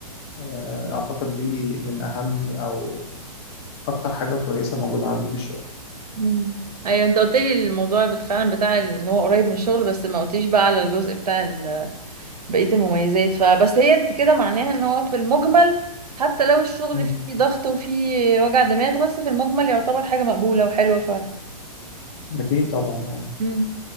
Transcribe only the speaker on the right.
مم. ايوه انت قلت لي الموضوع بت- فعلا بتاع ال- ان هو قريب من الشغل بس ما قلتليش بقى على الجزء بتاع ال- بقية المميزات فبس هي انت كده معناها ان هو في المجمل حتى لو الشغل
فيه ضغط وفيه وجع دماغ بس في المجمل يعتبر حاجة مقبولة وحلوة
مم.